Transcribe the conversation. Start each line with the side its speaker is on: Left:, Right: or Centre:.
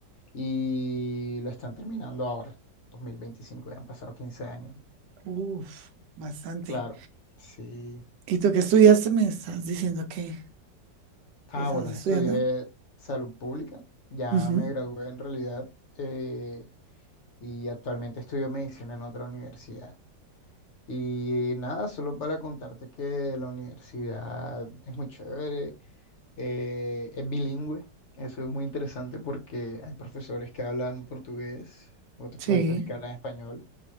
Left: y lo están terminando ahora, 2025, ya han pasado 15 años.
Right: uff, bastante.
Left: Claro, sí.
Right: ¿Y tú qué estudiaste? Me estás diciendo que
Left: Ah,
Right: estabas
Left: bueno,
Right: estudiando.
Left: estudié salud pública, ya
Right: Ujú.
Left: me gradué en realidad eh, y actualmente estudio medicina en otra universidad. Y nada, solo para contarte que la universidad es muy chévere, eh, es bilingüe, eso es muy interesante porque hay profesores que hablan portugués, otros
Right: Sí.
Left: profesores que hablan español